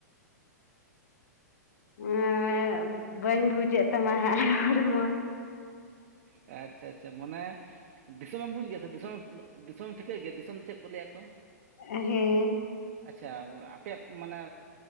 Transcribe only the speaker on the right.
ᱟᱪᱪᱷᱟ ᱟᱪᱪᱷᱟ ᱢᱟᱱᱮ ᱫᱤᱥᱚᱢᱮᱢ ᱵᱩᱡ ᱜᱮᱭᱟ ᱥᱮ ᱫᱤᱥᱚᱢ ᱫᱤᱥᱚᱢ ᱴᱷᱤᱠᱟᱹᱭ ᱜᱮᱭᱟ ᱫᱤᱥᱚᱢ ᱫᱚ ᱪᱮᱫ ᱠᱚ ᱞᱟᱹᱭᱟ ᱠᱚ
ᱟᱪᱪᱷᱟ ᱟᱯᱮᱭᱟᱜ ᱢᱟᱱᱮ